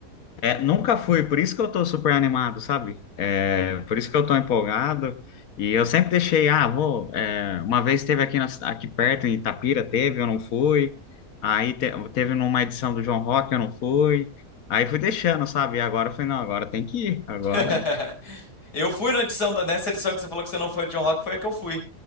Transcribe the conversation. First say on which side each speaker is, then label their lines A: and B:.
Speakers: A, on the left; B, on the left.
A: É, Nunca fui, por isso que eu tô super animado, sabe? É, por isso que eu tô empolgado. E eu sempre deixei, ah, vou. é, uma vez teve aqui, na ci- aqui perto, em Itapira, teve, eu não fui. Aí te- teve numa edição do João Rock, eu não fui. Aí fui deixando, sabe? E agora eu falei, não, agora tem que ir. Agora.
B: <laughs> Eu fui na edição da, nessa edição que você falou que você não foi de John Rock, foi a que eu fui.